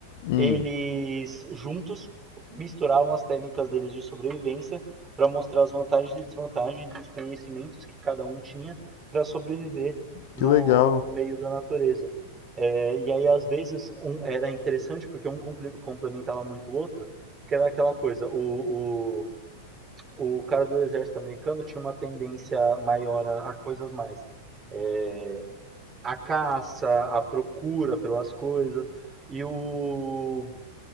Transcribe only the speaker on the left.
Hum,
que legal.